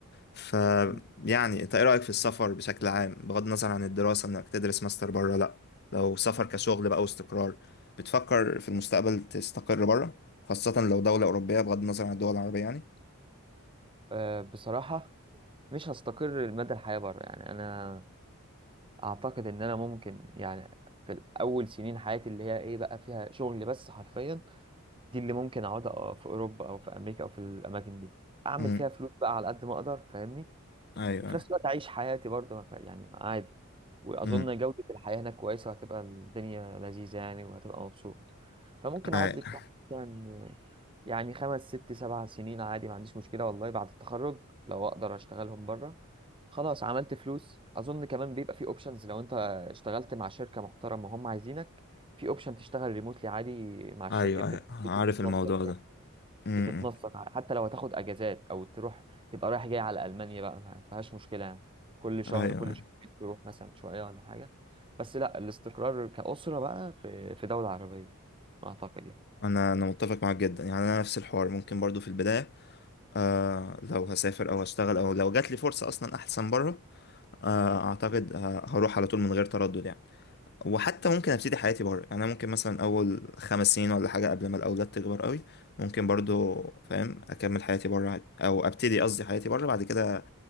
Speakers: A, on the left; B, on the right.
A: ف
B: مم.
A: يعني انت ايه رأيك في السفر بشكل عام بغض النظر عن الدراسة انك تدرس ماستر بره لا لو سفر كشغل بقى واستقرار بتفكر في المستقبل تستقر بره خاصة لو دولة أوروبية بغض النظر عن الدول العربية يعني
B: أه بصراحة مش هستقر لمدى الحياة بره يعني أنا أعتقد إن أنا ممكن يعني في الأول سنين حياتي اللي هي إيه بقى فيها شغل بس حرفيا دي اللي ممكن أقعد في أوروبا أو في أمريكا أو في الأماكن دي أعمل
A: امم
B: فيها فلوس بقى على قد ما أقدر فاهمني
A: ايوه
B: وفي
A: ايوه
B: نفس الوقت أعيش حياتي برضه ما ف- يعني عادي وأظن
A: امم
B: جودة الحياة هناك كويسة وهتبقى الدنيا لذيذة يعني وهتبقى مبسوط فممكن
A: ايوه
B: أقعد لي بتاع مثلا يعني خمس ست سبع سنين عادي ما عنديش مشكلة والله بعد التخرج لو أقدر أشتغلهم بره خلاص عملت فلوس اظن كمان بيبقى في اوبشنز لو انت اشتغلت مع شركه محترمه هم عايزينك في اوبشن تشتغل ريموتلي عادي مع الشركه
A: ايوه
B: بتبقى
A: ايوه
B: بتتنسق
A: عارف الموضوع ده امم
B: بتتنسق حتى لو هتاخد اجازات او تروح تبقى رايح جاي على المانيا بقى ما فيهاش مشكله يعني كل شهر
A: ايوه أيوة.
B: كل شهرين تروح مثلا شويه ولا حاجه بس لا الاستقرار كاسره بقى في في دوله عربيه اعتقد يعني
A: انا انا متفق معاك جدا يعني انا نفس الحوار ممكن برضو في البداية آه لو هسافر او هشتغل او لو جات لي فرصة اصلا احسن بره آه اعتقد ه- هروح على طول من غير تردد يعني وحتى ممكن ابتدي حياتي بره يعني انا ممكن مثلا اول خمس سنين ولا حاجه قبل ما الاولاد تكبر قوي ممكن برضو فاهم اكمل حياتي بره عادي او ابتدي قصدي حياتي بره بعد كده